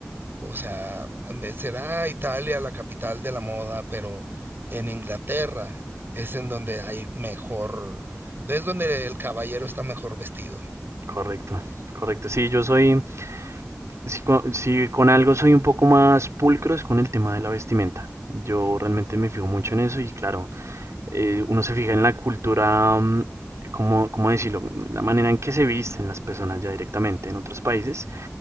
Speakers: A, on the right; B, on the right.
A: O sea, será Italia la capital de la moda, pero en Inglaterra es en donde hay mejor, es donde el caballero está mejor vestido.
B: correcto, correcto. Sí, yo soy, si con, si con algo soy un poco más pulcro es con el tema de la vestimenta. Yo realmente me fijo mucho en eso y claro, eh, uno se fija en la cultura, mm, ¿cómo, cómo decirlo? La manera en que se visten las personas ya directamente en otros países